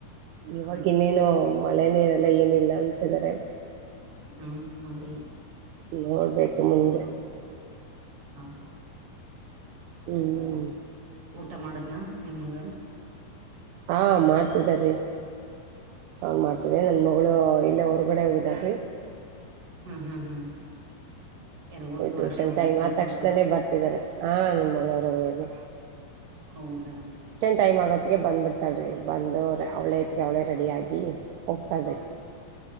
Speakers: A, on the right; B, on the right.
A: ಇವಾಗ
B: ಹಾ
A: ಇನ್ನೇನು ಮಳೆನೇನೆಲ್ಲ ಏನಿಲ್ಲ ಅಂತಿದಾರೆ.
B: ಹ್ಮ ಅದೇ
A: ನೋಡ್ಬೇಕು ಮುಂದೆ.
B: ಆ
A: ಹ್ಮ್
B: ಊಟ ಮಾಡದ್ನಾ ನಿಮ್ಮ ಮಗ
A: ಹಾ ಮಾಡ್ತಿದ್ದಾರೀ ಅವನ್
B: ಹೌದಾ
A: ಮಾಡ್ತೇನಿ ನನ್ ಮಕ್. ಅವಳ ಇಲ್ಲೇ ಹೊರಗಡೆ ಹೋಗಿದಾಳೆ
B: ಹ್ಮ್ ಹ್ಮ್. ಯಾರು ಹೊರಗಡೆ
A: ಟ್ಯೂಷನ್
B: ಹೋಗಿದ್ರ
A: ಟೈಮ್ ಆದ
B: ನಿಮ್
A: ತಕ್ಷಣನೇ
B: ಮಗಳು
A: ಬರ್ತಿದಿದ್ದಾರೆ ಹ ನನ್ ಮಗಳವ್ರಾಗ ಹೋಗ್ರಿ.
B: ಹೌದಾ.
A: ಟೈಮ್ ಆಗೋತ್ತಗೆ ಬಂದ್ಬಿಡ್ತಾಳ್ರಿ ಬಂದು ಅವ್ಳೇ ಅವಳೇ ರೆಡಿ ಆಗಿ. ಹೋಗ್ತಾಳ್ರಿ
B: ಹ್ಮ್ ಹ್ಮ್